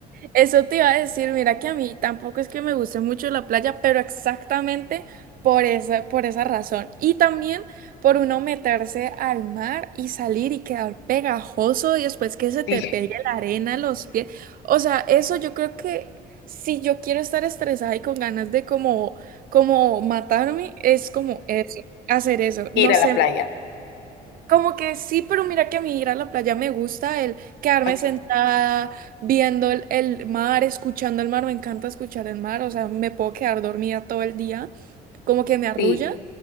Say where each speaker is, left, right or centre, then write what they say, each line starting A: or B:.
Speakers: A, on the right; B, on the left.
A: Eso te iba a decir, mira que a mí tampoco es que me guste mucho la playa, pero exactamente por esa, por esa razón. Y también por uno meterse al mar y salir y quedar pegajoso y después que se te
B: Sí,
A: pegue la arena a los pies. O sea, eso yo creo que si yo quiero estar estresada y con ganas de como, como matarme, es como eso, hacer eso.
B: ir
A: No
B: a
A: sé.
B: la playa.
A: Como que sí, pero mira que a mí ir a la playa me gusta, el quedarme
B: Ok,
A: sentada viendo el, el mar, escuchando el mar, me encanta escuchar el mar, o sea, me puedo quedar dormida todo el día, como que me arrulla,
B: Sí,